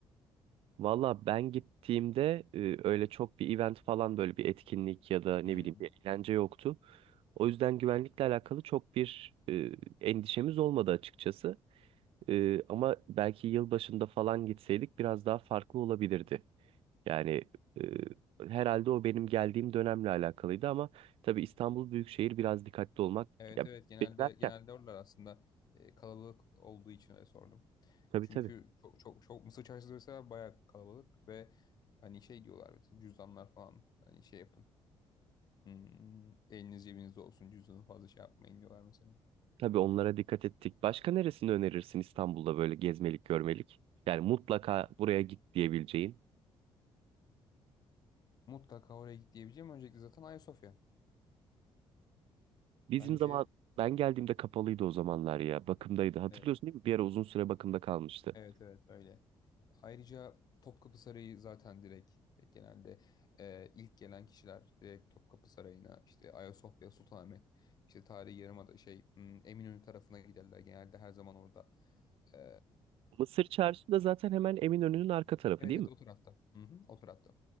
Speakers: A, on the right; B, on the left.
A: Valla ben gittiğimde e, öyle çok bir event falan böyle bir etkinlik ya da ne
B: Hı
A: bileyim
B: hı.
A: bir eğlence yoktu. O yüzden güvenlikle alakalı çok bir e, endişemiz olmadı açıkçası. E, ama belki yılbaşında falan gitseydik biraz daha farklı olabilirdi. Yani e, herhalde o benim geldiğim dönemle alakalıydı ama tabii İstanbul Büyükşehir biraz dikkatli olmak
B: Evet
A: ya
B: evet genelde
A: beklerken
B: genelde oralar aslında e, kalabalık olduğu için öyle sordum.
A: tabii
B: Çünkü
A: tabii.
B: çok çok çok Mısır Çarşısı mesela bayağı kalabalık ve hani şey diyorlar mesela cüzdanlar falan hani şey yapın. Hmm, eliniz cebinizde olsun cüzdanı fazla şey yapmayın diyorlar mesela.
A: Tabii onlara dikkat ettik. Başka neresini önerirsin İstanbul'da böyle gezmelik, görmelik? Yani mutlaka buraya git diyebileceğin.
B: Mutlaka oraya git diyebileceğim. Öncelikle zaten Ayasofya.
A: Bizim
B: Bence
A: zaman ben geldiğimde kapalıydı o zamanlar ya. Bakımdaydı. Hatırlıyorsun
B: e,
A: değil mi? Bir ara uzun süre bakımda kalmıştı.
B: evet evet öyle. Ayrıca Topkapı Sarayı zaten direkt e, genelde e, ilk gelen kişiler direkt Topkapı Sarayı'na işte Ayasofya, Sultanahmet, işte tarihi yarımada şey hmm, Eminönü tarafına giderler. Genelde her zaman orada. E,
A: Mısır Çarşısı da zaten hemen Eminönü'nün arka tarafı
B: evet
A: değil
B: evet
A: mi?
B: o tarafta. Hı hı, o tarafta.